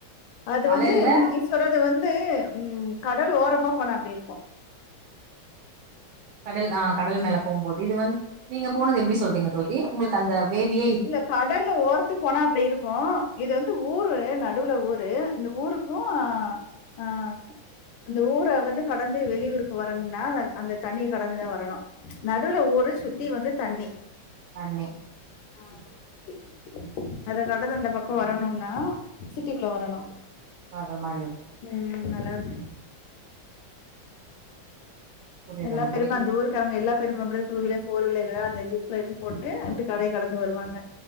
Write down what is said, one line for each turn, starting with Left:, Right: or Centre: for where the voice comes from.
Left: அது
Right: அலைல்ல
Left: வந்து நீ சொல்றது வந்து உம் கடல் ஓரமா போன அப்டி இருக்கு
Right: கடல் ஆ கடல் மேல போம்போது இது வந்து நீங்க போனது எப்டி சொல்றிங்க தோழி உங்ளுக்கு அந்த வேவி
Left: இல்ல கடல்லு ஓர்த்துக் போனா அப்டி இருக்கு இது வந்து ஊரு நடுவுல ஊரு இந்த ஊருக்கும் அ அந்த ஊர வந்து கடந்து வெளியூருக்கு வரணுனா வந் அந்த தண்ணிய கடந்துதா வரணு நடுவூல ஊரு சுத்தி வந்து தண்ணி
Right: தண்ணி
Left: ஆ ஏ அத கடந்து அந்த பக்கோ வரணுனா சிட்டிக்குள்ள வரணு
Right: வேற மாரி இருக்கு
Left: அ நல்லா இருக்
Right: புரியுதுங்க
Left: நல்லா பெரும
Right: தோழி
Left: அந்த ஊருக் காரங்க எல்லா பேருமே அப்படிதா டூ வீலர் போர் வீலர் எல்லா அந்த ஜிப்ல போட்டு கடைய கடந்து வருவாங்க